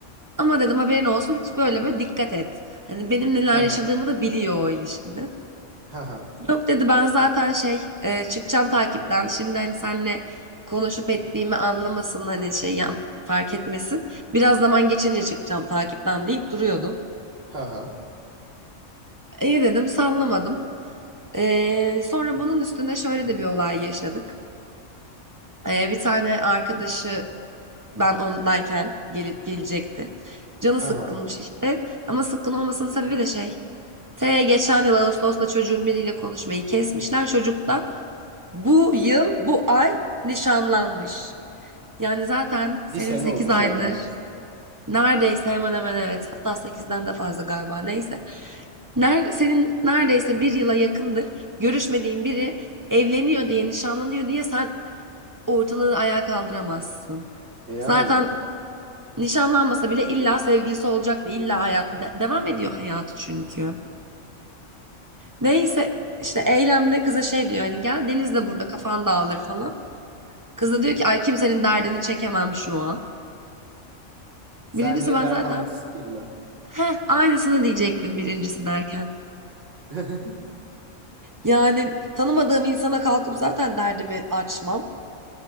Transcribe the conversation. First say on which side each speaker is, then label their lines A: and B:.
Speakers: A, on the right; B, on the right.
A: Ama dedim haberin olsun böyle böyle dikkat et. Hani benim neler
B: Haha.
A: yaşadığımı da biliyor o ilişkide.
B: Haha.
A: Yok dedi ben zaten şey e, çıkacağım takipten. Şimdi hani seninle konuşup ettiğimi anlamasın hani şey yan, fark etmesin. Biraz zaman geçince çıkacağım takipten deyip duruyordu.
B: Haha.
A: İyi dedim sallamadım. E, sonra bunun üstüne şöyle de bir olay yaşadık. E, bir tane arkadaşı ben ondayken gele- gelecekti. Canı
B: Haha.
A: sıkkınmış işte. Ama sıkkın olmasının sebebi de şey. T geçen yıl Ağustos'ta çocuğun biriyle konuşmayı kesmişler. Çocuk da bu yıl, bu ay nişanlanmış. Yani zaten senin
B: Bir sene
A: 8
B: olmuş
A: aydır
B: yani neredeyse.
A: neredeyse hemen hemen evet hatta sekizden de fazla galiba neyse. Ner senin neredeyse bir yıla yakındır görüşmediğin biri evleniyor diye nişanlanıyor diye sen ortalığı ayağa kaldıramazsın.
B: Yani.
A: Zaten Nişanlanmasa bile illa sevgilisi olacaktı. İlla hayat de- devam ediyor hayatı çünkü. Neyse işte eylemde kıza şey diyor hani gel Deniz de burada kafan dağılır falan. Kız da diyor ki ay kimsenin derdini çekemem şu an.
B: Sen
A: Birincisi
B: niye
A: ben
B: dert
A: zaten
B: anlatırsın ki illa?
A: heh aynısını diyecektim birincisi derken.
B: <laughs>
A: Yani tanımadığım insana kalkıp zaten derdimi açmam.